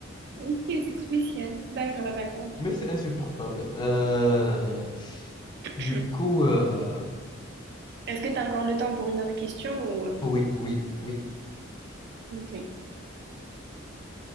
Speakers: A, on the right; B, on the left.
A: Ok, c'est spécial. D'accord, d'accord.
B: Mais c'est insupportable. Euh,
A: <clears throat>
B: du coup, euh,
A: Est-ce que tu as encore le temps pour une autre question ou...
B: oui, oui, oui.
A: Ok.